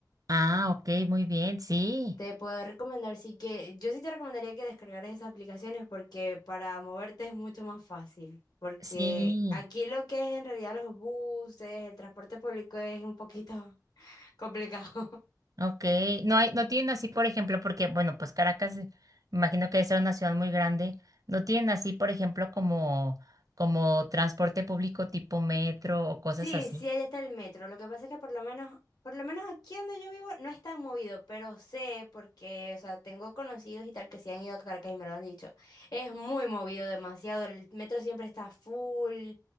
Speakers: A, on the right; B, on the left.
A: Ah, ok, muy bien, sí,
B: Te puedo recomendar, sí que yo sí te recomendaría que descargaras esas aplicaciones porque para moverte es mucho más fácil. Porque
A: sí,
B: aquí lo que es en realidad los buses, el transporte público es un poquito <laughs> complicado.
A: ok. No hay, no tienen así, por ejemplo, porque, bueno, pues Caracas, eh, imagino que debe ser una ciudad muy grande. No tienen así, por ejemplo, como, como transporte público tipo metro o cosas
B: Sí,
A: así.
B: sí, allá está el metro. Lo que pasa es que por lo menos, por lo menos aquí donde yo vivo no es tan movido, pero sé porque, o sea, tengo conocidos y tal que se han ido a Caracas y me lo han dicho. Es muy movido, demasiado. El metro siempre está full.